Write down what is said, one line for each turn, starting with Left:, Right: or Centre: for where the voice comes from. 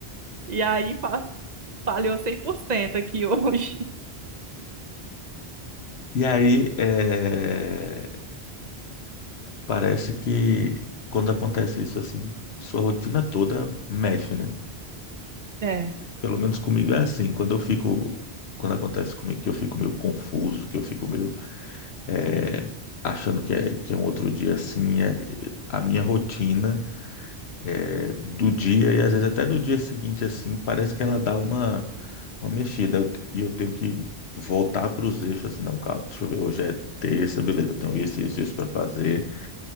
Right: E aí fa- falhou cem por cento aqui <laughs> hoje.
Left: E aí, é, parece que quando acontece isso assim, sua rotina toda mexe, né?
Right: É.
Left: Pelo menos comigo é assim. Quando eu fico, quando acontece comigo que eu fico meio confuso, que eu fico meio é, achando que é, que é um outro dia assim, é- a minha rotina é, do dia e às vezes até do dia seguinte assim, parece que ela dá uma, uma mexida Eu te- e eu tenho que voltar para os eixos assim, não, calma, deixa eu ver, hoje é terça, beleza, eu tenho isso, isso, isso para fazer.